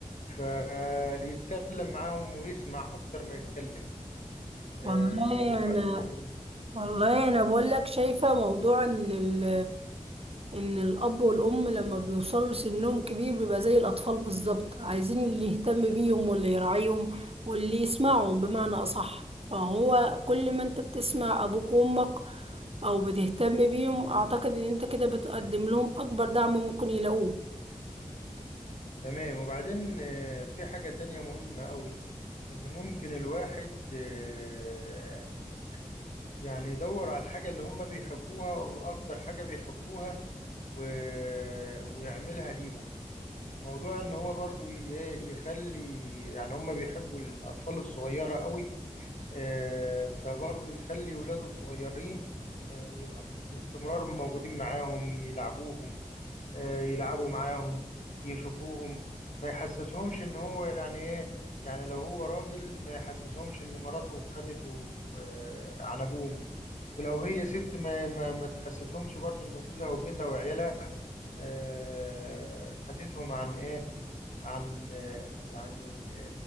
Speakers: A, on the left; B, on the right.
A: فيتكلم معاهم ويسمع اكتر ما يتكلم آه،
B: والله
A: والله
B: أنا
A: رأيك إيه في-
B: والله أنا بقول لك شايفة موضوع إن ال ان الاب والام لما بيوصلوا سنهم كبير بيبقى زي الاطفال بالظبط عايزين اللي يهتم بيهم واللي يراعيهم واللي يسمعهم بمعنى اصح فهو كل ما انت بتسمع ابوك وامك او بتهتم بيهم اعتقد ان انت كده بتقدم لهم اكبر دعم ممكن يلاقوه
A: تمام وبعدين آه، في حاجة تانية مهمة قوي ان ممكن الواحد آه، يعني يدور على الحاجة اللي هم بيحبوها واكتر حاجة بيحبوها و- ويعملها ليهم وموضوع ان هو برضو ي- يخلي يعني هم بيحبوا الاطفال الصغيرة قوي آه، فبرضه يخلي ولاده الصغيرين آه، يبقى باستمرار موجودين معاهم يلعبوهم آه، يلعبوا معاهم يشوفوهم ما يحسسهمش ان هو يعني ايه يعني لو هو راجل ما يحسسهمش ان مراته خدته آه، عن ابوه وامه ولو هي ست ما ما, ما تحسسهمش برضو ان جوزها وبيتها وعيالها آه، خدتهم عن ايه عن آه، يعني